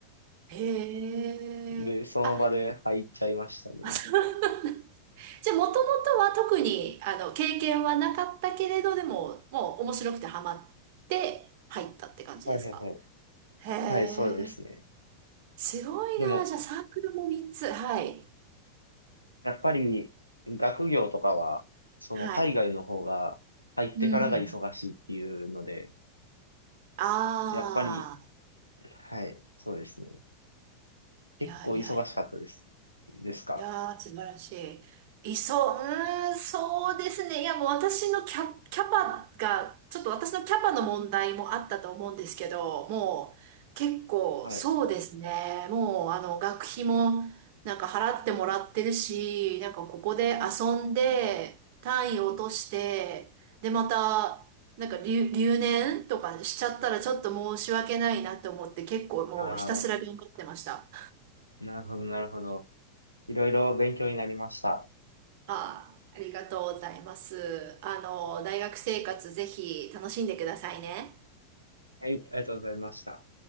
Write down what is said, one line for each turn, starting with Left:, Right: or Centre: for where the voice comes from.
Right: へえ。
Left: で、その場で入っちゃいましたね。
Right: あ、あそう <laughs> じゃあ、もともとは特に、あの、経験はなかったけれど、でも、もう面白くてハマって入ったって感じですか
Left: はいはいはい。
Right: へえ、
Left: はい、そうですね。
Right: すごいな。
Left: でも、
Right: じゃあ、サークルも3つ。はい。
Left: やっぱり学業とかは、その海外の方が入ってからが忙しいっていうので、
Right: はい。うん。ああ、
Left: やっぱり、はい、そうですね。
Right: いやいやいや。
Left: 結構忙しかったです。ですか。
Right: いやー、素晴らしい。いそう、うーん、そうですね。いや、もう私のキャ、キャパが、ちょっと私のキャパの問題もあったと思うんですけど、もう結構そうですね。
Left: はい。
Right: もうあの、学費もなんか払ってもらってるし、なんかここで遊んで、単位を落として、で、また、なんか留、留年とかしちゃったらちょっと申し訳ないなと思って結構もうひたすら頑張ってました。
Left: ああ、なるほど、なるほど。いろいろ勉強になりました。
Right: ああ、ありがとうございます。あの、大学生活ぜひ楽しんでくださいね。
Left: はい、ありがとうございました。